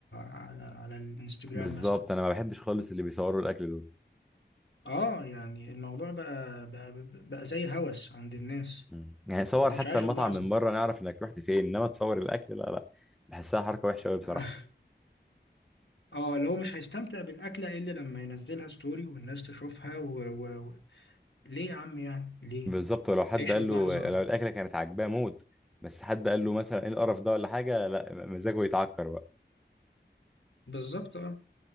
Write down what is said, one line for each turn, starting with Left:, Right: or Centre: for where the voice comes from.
Left: على على الانستجرام
Centre: بالظبط
Left: مثلا
Centre: انا ما بحبش خالص اللي بيصوروا الاكل دول
Left: اه يعني الموضوع بقى بقى, بقى زي هوس عند الناس
Centre: مم. يعني صور
Left: انت
Centre: حتى
Left: مش عايش
Centre: المطعم
Left: اللحظة
Centre: من بره نعرف انك رحت فين انما تصور الاكل لا لا بحسها حركه وحشه قوي بصراحه
Left: <laughs> اه اللي هو مش هيستمتع بالأكلة إلا لما ينزلها ستوري والناس تشوفها و... و... و... ليه يا عم يعني ليه
Centre: بالظبط ولو حد
Left: عيش
Centre: قال
Left: اللحظة
Centre: له لو الاكله كانت عاجباه موت بس حد قال له مثلا ايه القرف ده ولا حاجه لا مزاجه يتعكر بقى
Left: بالظبط اه